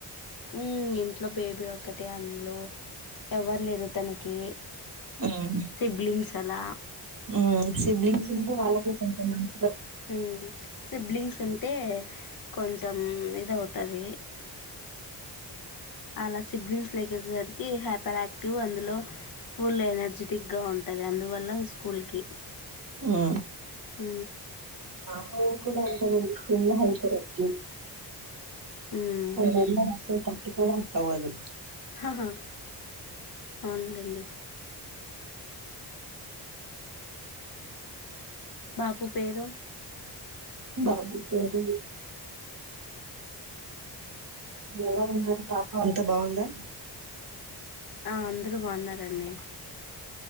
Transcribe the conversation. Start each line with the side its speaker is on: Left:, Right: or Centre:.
Left: మ్మ్ ఇంట్లో బేబీ ఉ ఒకటే అందులో ఎవ్వరు లేరు తనకి
Right: మ్మ్
Left: సిబ్లింగ్స్ అలా
Right: మ్మ్ సిబ్లింగ్స్ ఉంటే వాళ్ళకి కొంచెం మంచి
Left: హ సిబ్లింగ్స్ అంతే కొంచెం ఇది అవుతది అలా సిబ్లింగ్స్ లేలెక్కేసేసరికి హ్యాపీ ఆయాక్టివ్ అందులో ఫుల్ ఎనర్జెటిక్ గా ఉంటది అందువల్ల స్కూల్ కి
Right: ఆ
Left: ఉ
Right: మా పిల్లలు కూడా అంతే అండి ఫుల్ హైపర్ యాక్టివ్
Left: ఉమ్
Right: <unintelligible> అవుదు
Left: ఆహా అవున్లేండి బాబూ పేరు
Right: బాబు పేరు ఎలా ఉన్నారు పాప అంతా బాగుందా
Left: ఆ అందరు బాన్నారండి